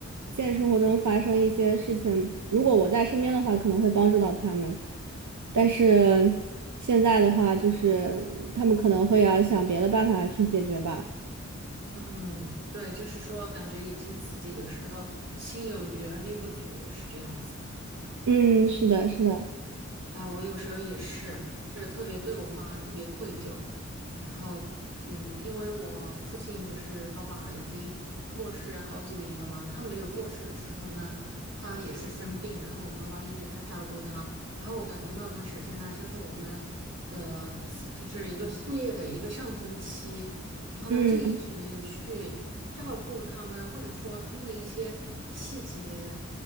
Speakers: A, on the right; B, on the right.
A: 现实生活中发生一些事情，如果我在身边的话，可能会帮助到他们，但是现在的话，就是他们可能会要想别的办法去解决吧。
B: 嗯，对，就是说感觉已经自己有时候心有余而力不足，是这样子。
A: 嗯，是的，是的，
B: 哎，我有时候也是，就是特别对我妈特别愧疚。然后，嗯，因为我父亲不是爸爸已经过世好几年了嘛，他没有过世的时候呢，他也是生病，然后我妈妈一直在照顾他。然后我感觉那段时间呢，就是我们的就是一个事业的一个上升期，然后呢就一直没有去照顾他们，
A: 嗯
B: 或者说他们的一些细节。